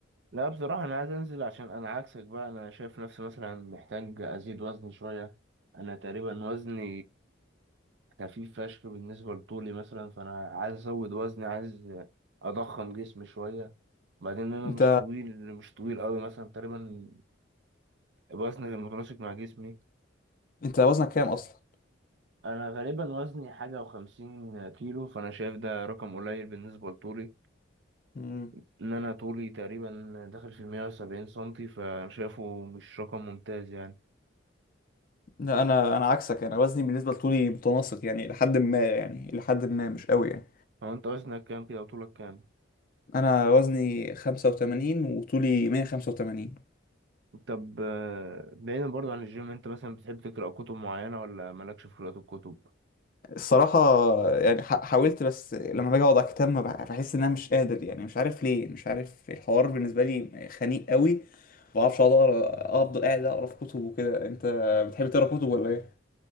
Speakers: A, on the right (about 60°); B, on the left (about 45°).
A: لا بصراحة أنا عايز أنزل عشان أنا عكسك بقى أنا شايف نفسي مثلا محتاج أزيد وزن شوية أنا تقريبا وزني خفيف فشخ بالنسبة لطولي مثلا فأنا عايز أزود وزني عايز أضخم جسمي شوية بعدين أنا
B: انت
A: مش طويل مش طويل أوي مثلا تقريبا وزني متناسق مع جسمي
B: انت وزنك كام اصلا
A: أنا غالبا وزني حاجة وخمسين كيلو فأنا شايف ده رقم قليل بالنسبة لطولي
B: مم.
A: إن أنا طولي تقريبا داخل في المية وسبعين سنتي فشايفه مش رقم ممتاز يعني
B: لا انا انا عكسك انا وزني بالنسبه لطولي متناسق يعني لحد ما يعني لحد ما مش قوي يعني
A: هو انت وزنك كام كده وطولك كام
B: انا وزني 85 وطولي 185
A: طب آه، بعيدا برضو عن الجيم انت مثلا بتحب تقرأ كتب معينة ولا مالكش في قراءة الكتب
B: الصراحة يعني ح- حاولت بس لما باجي اقعد على الكتاب ما بح- بحس ان انا مش قادر يعني مش عارف ليه مش عارف الحوار بالنسبة لي خنيق قوي ما بعرفش اقعد اقرا افضل قاعد اقرا في كتب وكده انت بتحب تقرا كتب ولا ايه؟